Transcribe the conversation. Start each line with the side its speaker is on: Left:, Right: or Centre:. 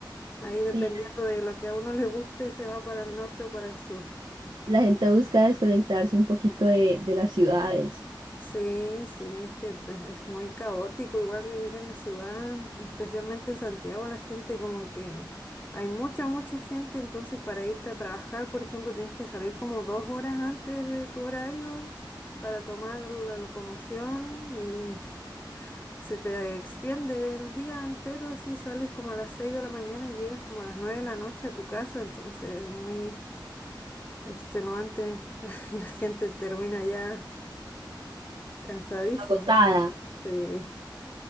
Left: ahí dependiendo
Right: Sí,
Left: de lo que a uno le guste se va para el norte o para el sur.
Right: la gente busca desconectarse un poquito de, de las ciudades.
Left: Sí, sí, es que te- es muy caótico igual vivir en la ciudad, especialmente en Santiago, la gente como que hay mucha, mucha gente, entonces para irte a trabajar, por ejemplo, tienes que salir como dos horas antes de tu horario para tomar la locomoción y <laughs> se te extiende el día entero, si sales como a las seis de la mañana y llegas como a las nueve de la noche a tu casa, entonces es muy extenuante <laughs> y la gente termina ya cansadísima.
Right: Agotada.
Left: Sí.